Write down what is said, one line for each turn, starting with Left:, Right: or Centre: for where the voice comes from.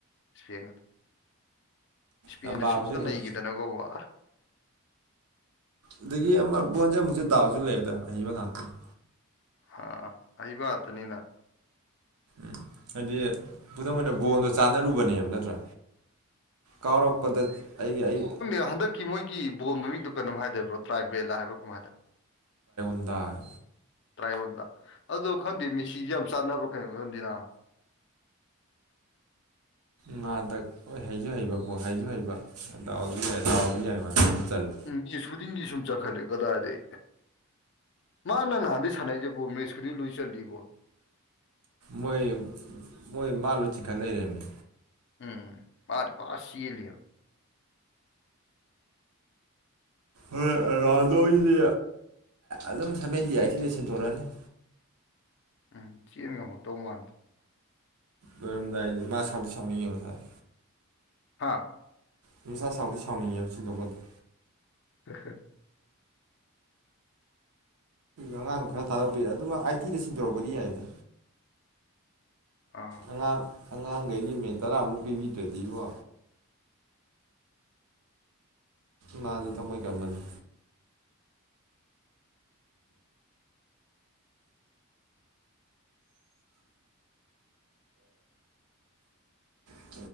Left: ꯏꯁꯄꯦꯟꯒ ꯏꯁꯄꯦꯟꯅ
Right: ꯂꯝꯕꯥꯕꯨꯗꯤ
Left: ꯁꯨꯠꯇ
Right: ꯑꯗꯨꯝ
Left: ꯅꯩꯈꯤꯗꯅ ꯀꯧꯕ
Right: ꯑꯗꯒꯤ ꯑꯃ ꯕꯣꯟꯁꯦ ꯑꯃꯨꯛꯁꯨ ꯗꯥꯎꯁꯨ ꯂꯩꯌꯦꯗ ꯑꯍꯩꯕ ꯉꯥꯛꯇꯅꯤ
Left: ꯑꯥ ꯑꯍꯩꯕꯇꯅꯤꯅ
Right: ꯎꯝ ꯍꯥꯏꯗꯤ ꯈꯨꯗꯝ ꯑꯣꯏꯅ ꯕꯣꯟꯗꯣ ꯆꯥꯟꯅꯔꯨꯕꯅꯦꯕ ꯅꯠꯇ꯭ꯔꯥ ꯀꯥꯎꯔꯛꯄꯗ ꯑꯩꯒꯤ ꯑꯩ
Left: ꯪ ꯍꯟꯗꯛꯀꯤ ꯃꯣꯏꯒꯤ ꯕꯣꯜ ꯃꯃꯤꯡꯗꯣ ꯀꯩꯅꯣꯝ ꯍꯥꯏꯗꯕ꯭ꯔꯣ ꯇ꯭ꯔꯥꯏꯕꯦꯜꯂ ꯍꯥꯏꯕ꯭ꯔꯥ ꯀꯃꯥꯏ ꯍꯥꯏꯗꯣꯏꯕꯣ
Right: ꯗꯏ
Left: ꯇ꯭ꯔꯥꯏꯌꯣꯟꯗ ꯑꯗꯣ ꯈꯪꯗꯦ ꯃꯤꯦꯁꯤꯁꯨ ꯌꯥꯝ ꯆꯥꯟꯅꯕ꯭ꯔꯥ ꯀꯩꯅꯣ ꯈꯪꯗꯦꯅ
Right: ꯉꯥꯗꯛ ꯍꯣꯏ ꯍꯩꯁꯨ ꯍꯩꯕ ꯄꯣꯠ ꯍꯩꯁꯨ ꯍꯩꯕ ꯗꯥꯎꯁꯨ ꯌꯥꯏ ꯗꯥꯎꯕꯁꯨ ꯌꯥꯏ ꯃꯥꯃꯥꯏꯅ ꯑꯗꯨꯝ ꯆꯜꯂꯦ
Left: ꯎꯝ ꯃꯤ ꯈꯨꯗꯤꯡꯒꯤ ꯁꯨꯝ ꯆꯈꯠꯂꯦ ꯀꯗꯥꯏꯗꯒꯤ ꯃꯥ ꯅꯪ ꯅꯍꯥꯟꯗꯒꯤꯩ ꯁꯥꯟꯅꯩꯁꯦꯕ ꯃꯦꯠꯁꯀꯨꯗꯤ ꯂꯣꯏ ꯆꯠꯂꯤꯀꯣ
Right: ꯃꯣꯏ ꯃꯣꯏ ꯃꯥꯜꯨ ꯎꯆꯤ ꯈ ꯂꯩꯔꯝꯃꯦ
Left: ꯎꯝꯔ ꯄꯥꯔꯁꯤ ꯂꯩꯣ
Right: ꯍꯣꯏ ꯔꯥꯎꯗꯁꯤꯗꯤ ꯑꯗꯨꯝ ꯁꯚꯦꯟꯇꯤ ꯑꯩꯥꯏꯠꯁꯤꯗ ꯁꯤꯟꯊꯣꯔꯛꯑꯅꯤ
Left: ꯎꯝ ꯆꯦꯟ ꯉꯝꯃꯛꯇꯧ ꯃꯥꯟꯗꯦ
Right: ꯂꯣꯏꯔꯝꯗꯥꯏꯗꯤꯦ ꯃꯥ ꯁꯥꯎꯗꯤ ꯁꯥꯎꯅꯤꯡꯉꯦꯕ ꯁꯥꯔ
Left: ꯍꯥꯥ
Right: ꯅꯨꯡꯁꯥ ꯁꯥꯎꯗꯤ ꯁꯥꯎꯅꯤꯡꯉꯦꯕ ꯁꯤꯟꯗꯣꯛꯄ ꯑꯗꯨꯣ
Left: ꯍ ꯍꯣꯏ
Right: ꯑꯉꯥꯡ ꯈꯔ ꯊꯥꯗꯛꯄꯤꯔꯦ ꯑꯗꯨꯒ ꯑꯥꯏ ꯇꯤꯗ ꯁꯤꯟꯗꯣꯔꯛꯄꯗꯤ ꯌꯥꯏꯗ
Left: ꯑꯥ
Right: ꯑꯉꯥꯡ ꯑꯉꯥꯡꯈꯩꯒꯤ ꯃꯤꯠ ꯇꯔꯥꯃꯨꯛ ꯄꯤꯕꯤꯗ꯭ꯔꯗꯤꯕꯣ ꯃꯥꯁꯨꯗ ꯃꯣꯏ ꯀꯪꯒꯅꯤ ꯑ